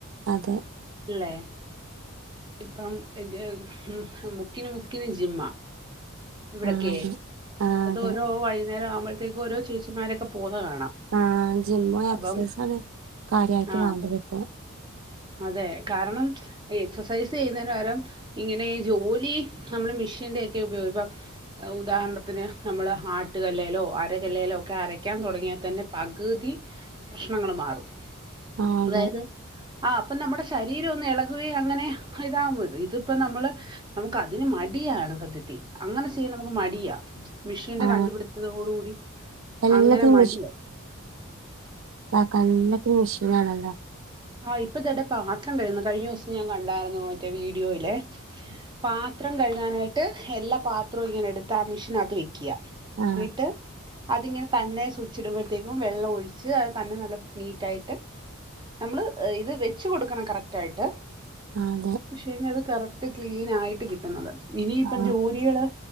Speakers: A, on the right; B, on the right.
A: അതെ
B: അല്ലേ ഇപ്പം <unintelligible> മുക്കിന് മുക്കിന് ജിമ്മ ഇവിടൊക്കെ
A: ആ അതെ ആ
B: അത്
A: അതെ
B: ഓരോ വൈകുന്നേരം ആവുമ്പോഴത്തേക്കും ഓരോ ചേച്ചിമാരോക്കെ പോകുന്ന കാണാം
A: ആഹ് ജിമ്മ്
B: അപ്പം
A: എക്സൈസാണ് കാര്യായിട്ട്
B: ആഹ്
A: വേണ്ടത് പ്പോ
B: അതെ കാരണം എക്സസൈസ് ചെയ്യുന്നന് പകരം ഇങ്ങനെ ഈ ജോലി നമ്മള് മിഷ്യന്റെക്കെ ഉപയോഗം പ്പോ ഉദാഹരണത്തിന് നമ്മൾ ആട്ടുകല്ലെലോ അരകല്ലെലോ ഒക്കെ അരക്കയാൻ തുടങ്ങിയാ തന്നെ പകുതി പ്രശ്നങ്ങൾ മാറും
A: ആ അതെ
B: അതായത് ആഹ് അപ്പോ നമ്മുടെ ശരീരം ഒന്ന് ഇളകുകെ അങ്ങനെ ഇതാവും അത് ഇതിപ്പോ നമ്മള് നമുക്ക് അതിന് മടിയാണ് സത്യത്തി അങ്ങനെ ചെയ്യന്നെ നമക്ക് മടിയാ മിഷിന്റെ
A: ആ
B: കണ്ടുപിടുത്തതോട് കൂടി
A: എല്ലാത്തിനും
B: അങ്ങനെ മടിയ
A: പ്പ ക്കെ എല്ലത്തിനും മിഷീനാണല്ലോ
B: ആഹ് ഇപ്പ ഇതാടെ പാത്രം കൈകുന്നു കഴിഞ്ഞ ദിവസം ഞാൻ കണ്ടായിരുന്നു മറ്റേ വീഡിയോയിലെ പാത്രം കഴുകാനായിട്ട് എല്ലാ പാത്രവും ഇങ്ങനെ എടുത്ത് ആഹ് മിഷനത്ത് വെക്ക്യ
A: ആ
B: ന്നിട്ട് അതിങ്ങനെ തന്നെ സൂച്ചിടുമ്പോഴത്തേക്കും വെള്ളം ഒഴിച്ച് അത് തന്നെ നല്ല നീറ്റായിട്ട് നമ്മള് ഇത് വെച്ച് കോടുക്കണം കറക്റ്റ് ആയിട്ട്
A: ആഹ് തെ
B: പക്ഷെ അത് കറക്ട് ക്ലീൻ ആയിട്ട് കിട്ടുന്നത് ഇനി ഇപ്പം
A: ആ
B: ജോലികള്